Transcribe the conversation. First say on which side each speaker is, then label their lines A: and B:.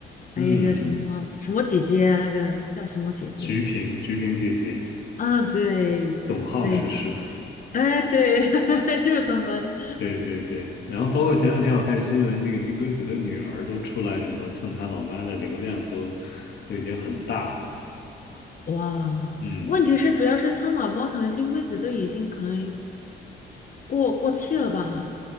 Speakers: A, on the left (about 40°); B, on the left (about 60°).
A: 还有一个什么什么姐姐啊，
B: 嗯，
A: 那个叫什么姐姐
B: 菊萍菊萍姐姐，
A: 啊，对对，
B: 董浩叔叔，
A: 哎对，<laughs> 就是他们。
B: <laughs> 对对对。然后包括前两天我看新闻，那个金龟子的女儿都出来什么蹭他老妈的流量都，都已经很大了
A: 哇，
B: 嗯
A: 问题是主要是他老猫可能金龟子都已经可能过过气了吧？